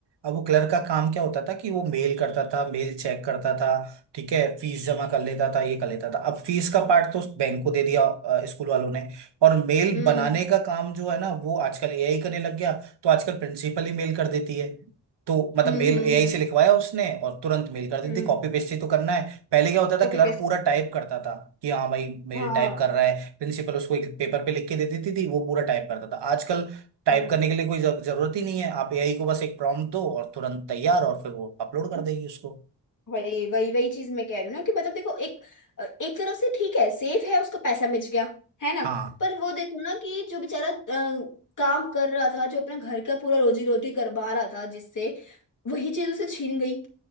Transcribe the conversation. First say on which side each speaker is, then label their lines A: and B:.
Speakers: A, on the right; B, on the left.
A: अब वो क्लर्क का काम क्या होता था कि वो मेल करता था मेल चेक करता था ठीक है फीस जमा कर लेता था ये कर लेता था अब फीस का पार्ट तो बैंक को दे दिया अ, स्कूल वालों ने और मेल
B: हम्म
A: बनाने का काम जो है ना वो आजकल एआई करने लग गया तो आजकल प्रिंसिपल ही मेल कर देती है तो मतलब
B: हम्म
A: मेल
B: हम्म
A: एआई से लिखवाया उसने और तुरंत मेल कर
B: हम्म
A: देती कॉपी पेस्ट ही तो करना है पहले क्या होता था
B: Copy
A: क्लर्क
B: paste
A: पूरा टाइप करता था कि हाँ भाई मेल
B: हाँ
A: टाइप कर रहा है प्रिंसिपल उसको एक पेपर पे लिख के दे देती थी वो पूरा टाइप करता था आजकल टाइप
B: हम्म
A: करने के लिए कोई जर- जरूरत ही नहीं है आप एआई को बस एक प्रॉम्प्ट दो और तुरंत तैयार और फिर वो अपलोड कर देगी उसको
B: वही वही वही चीज मैं कह रही हूँ ना कि मतलब देखो एक एक तरफ से ठीक है सेफ है उसको पैसा मिल गया है ना
A: हाँ
B: पर वो देखो ना कि जो बेचारा अ, काम कर रहा था जो अपने घर का पूरा रोजी रोटी करवा रहा था जिससे वही चीज उसे छीन गई